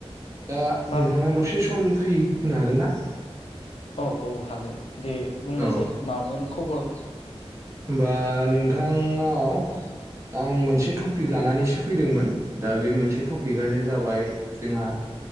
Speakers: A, on the right; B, on the left.
A: दा
B: माबा
A: नोंथाङा दसे सम फ्रि होनो हागोन ना?
B: औ औ हागोन। दे बुंनायसै
A: औ
B: माबाफोर। खबर
A: होमबा नोंथांनाव आं मोनसे टपिक लानानैसो फैदोंमोन। दा बे मोनसे टपिकानो जाबाय जोंहा